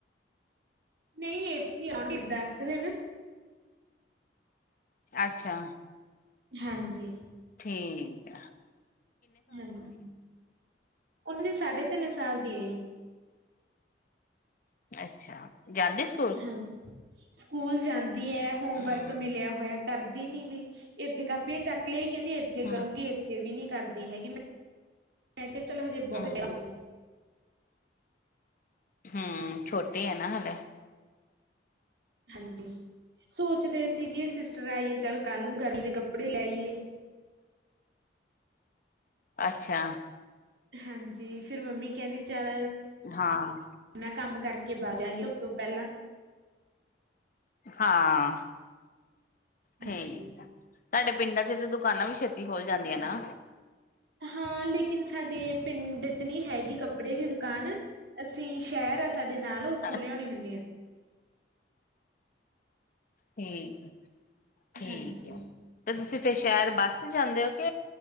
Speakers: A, on the right (about 65°); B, on the left (about 50°).
A: ਨਹੀਂ ਇੱਥੇ ਆਉਣੀ ਦੱਸਦੇ ਨੇ
B: ਅੱਛਾ!
A: ਹਾਂਜੀ।
B: ਠੀਕ ਆ।
A: ਹਾਂਜੀ, ਉਨੀ ਸਾਢੇ ਤਿੰਨ ਸਾਲ ਦੀ
B: ਅੱਛਾ, ਜਾਂਦੀ ਸ
A: ਹਾਂਜੀ। ਸਕੂਲ ਜਾਂਦੀ ਐ, ਹੋਮਵਰਕ
B: ਹੂੰ
A: ਮਿਲਿਆ ਹੋਇਆ ਕਰਦੀ ਨੀ ਜੀ ਇੱਥੇ ਕਾਪੀਆਂ ਚੱਕ ਲੇ ਕਹਿੰਦੀ ਇੱਥੇ
B: ਹੂੰ
A: ਕਰੂੰਗੀ, ਇੱਥੇ ਵੀ ਨੀ ਕਰਦੀ ਹੈਗੀ, ਮੈਂ- ਮੈਂ ਕਿਹਾ ਚਲ ਹਜੇ ਬਹੁਤ
B: ਹੂੰ
A: ਜਾਊਗੀ,
B: ਹੂ, ਛੋਟੇ ਆ ਨਾ ਹਲੇ।
A: ਹਾਂਜੀ। ਸੋਚਦੇ ਸੀ ਕਿ ਸਿਸਟਰ ਆਈ ਏ, ਚੱਲ ਕੱਲ ਨੂੰ ਗਰਮੀ ਦੇ ਕੱਪੜੇ ਲੈ ਆਈਐ।
B: ਅੱਛਾ।
A: ਹਾਂਜੀ। ਫਿਰ ਮੰਮੀ ਕਹਿੰਦੀ ਚੱਲ
B: ਹਾਂ।
A: ਨਾਂ ਕੰਮ ਕਰਕੇ ਬਹਜਾਗੇ ਸਭ ਤੋਂ ਪਹਿਲਾਂ।
B: ਹਾਂ,
A: ਹਾਂਜੀ
B: ਠੀਕ ਸਾਡੇ ਪਿੰਡਾਂ ਚ ਤਾਂ ਦੁਕਾਨਾਂ ਵੀ ਛੇਤੀ ਖੋਲ ਜਾਂਦੀਆਂ ਨਾ।
A: ਹਾਂ ਲੇਕਿਨ ਸਾਡੇ ਪਿੰਡ 'ਚ ਨਹੀ ਹੈਗੀ ਕੱਪੜੇ ਦੀ ਦੁਕਾਨ, ਅਸੀਂ ਸ਼ਹਿਰ ਆ ਸਾਡੇ ਨਾਲ ਉੱਥੋਂ
B: ਅੱਛਾ
A: ਲਿਆਉਣੇ ਹੁੰਦੇ ਹਾਂ।
B: ਠੀਕ ਆ, ਠੀਕ
A: ਹਾਂਜੀ
B: ਆ। ਤੇ ਤੁਸੀਂ ਫਿਰ ਸ਼ਹਿਰ ਬੱਸ ਚ ਜਾਂਦੇ ਹੋ ਕੇ